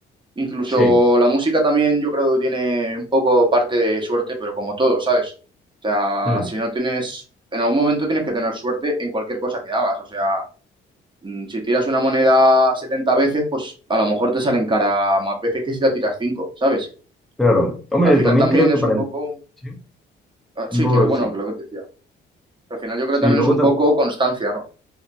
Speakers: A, on the right; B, in the centre.
A: Incluso
B: Sí.
A: la música también yo creo que tiene un poco parte de suerte, pero como todo, ¿sabes? O sea,
B: Mm.
A: si no tienes, en algún momento tienes que tener suerte en cualquier cosa que hagas. O sea, mm, si tiras una moneda 70 veces, pues a lo mejor te salen cara más veces que si la tiras cinco ¿sabes?
B: Claro. Hombre,
A: Al
B: yo
A: final
B: también
A: también
B: creo que
A: es
B: para...
A: un
B: en-
A: poco,
B: Sí,
A: ah,
B: un
A: sí,
B: poco
A: que lo
B: de-
A: bueno,
B: sí.
A: que lo que te decía. Al final yo creo
B: Sí,
A: que también
B: luego
A: es un
B: también...
A: poco constancia, ¿no?